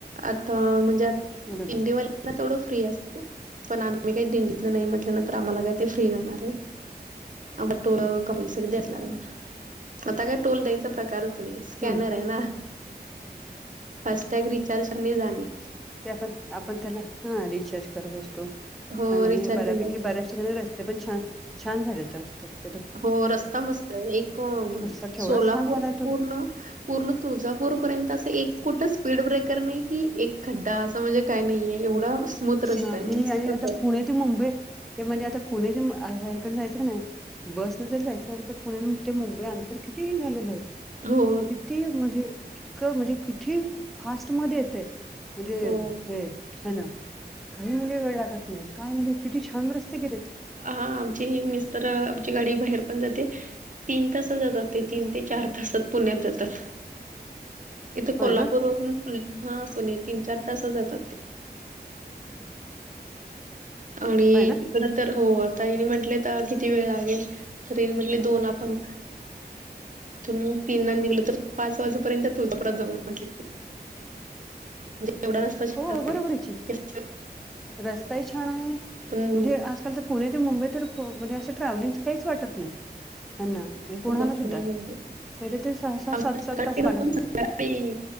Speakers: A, on the right; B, in the centre.
A: आता म्हणजे दिंडीवाल्यांना
B: बरोबर
A: तेवढं फ्री असत पण आमी मी काही दिंडीतन नाही म्हटल्यानंतर आम्हाला काही ते फ्री नणार हे. आ मग तोल कंपल्सरी द्यायच लागणार, आता काय टोल द्यायचा प्रकार असं नही स्कॅनर
B: हम्म
A: आहे ना फास्ट टॅग रिचार्ज करणे जाणे.
B: त्यात आपण त्याला हा रिचार्ज करत असतो
A: हो,
B: न आणि
A: रिचार्ज
B: बऱ्यापैकी
A: केला.
B: बऱ्याच ठिकाणी रस्ते पण छान, छान झाले त रस्ते त्यात
A: हो रस्ता मस्त आहे एक
B: कसला केवढा
A: सोलापूर
B: छान झालाय तो
A: पूर्ण. पूर्ण तुळजापूरपर्यंत असं एक कुठं स्पीड ब्रेकर नाही की एक खड्डा असं म्हणजे काय नाहीये एवढा स्मूथ रस्ता
B: नाही
A: आहे मस्तच
B: आणि आता
A: आहे.
B: पुणे ते मुंबई ते म्हणजे आता पुणे ते ह्याकड जायचं का नाही. बस न जर जायचं झालं तर पुण्या ते मुंबईनअंतर किती झालेलं आहे.
A: हो!
B: किती म्हणजे इतकं म्हणजे किती फास्ट मध्ये येतेय म्हणजे
A: हो.
B: हे. ह ना काही म्हणजे वेळ लागत नाही काय म्हणजे किती छान रस्ते केलेत.
A: हा आमची मिस्तर आमची गाडी बाहेर पण जाते. तीन तासात जातात ते तीन ते चार तासात पुण्यात जातात.
B: <inaudible>
A: इथं
B: होय
A: कोल्हापूर
B: ना
A: वरुन फुल आ पुणे तीन चार तासा जातात ते. आणि
B: होय ना
A: तीकड तर हो आता ईने म्हंटले त किती वेळ लागेल, तर ईने म्हटले दोन आपण इथून तीन ला निघलं तर पाच वाजेपर्यंत तुळजापुरात जाऊ म्हटले ते.
B: <inaudible>
A: म्हणजे एवढा रस्ता छान
B: हो बरोबर
A: आहे.
B: की रस्ताही छान आहे
A: पण
B: म्हणजे आजकाल त पुणे ते मुंबई तर म्हणजे असं ट्रॅव्हलिंगच काहीच वाटत नाही त्यांना. म्हणज कोणाला
A: हो
B: सुद्धा.
A: पुणे मुंबई
B: पहिले ते सहा सहा,
A: आमच्या
B: सात
A: सकाळी
B: सात, तास
A: जाऊन
B: लागत होते.
A: संध्याकाळी